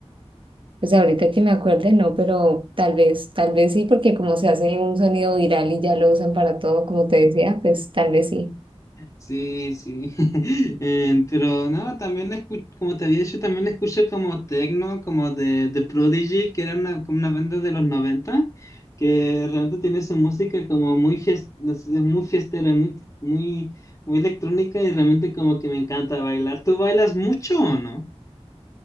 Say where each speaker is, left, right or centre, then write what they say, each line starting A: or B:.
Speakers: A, on the right; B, on the left.
A: Pues ahorita que me acuerde, no, pero tal vez, tal vez sí, porque como se hace un sonido viral y ya lo usan para todo, como te decía, pues tal vez sí.
B: Sí, sí. <laughs> Em, pero no, también escu- como te había dicho, también escuché como techno, como de, de Prodigy, que era una, como una banda de los 90 que realmente tiene su música como muy, fies- no sé, muy fiestera, muy, muy, muy electrónica y realmente como que me encanta bailar. ¿Tú bailas mucho o no?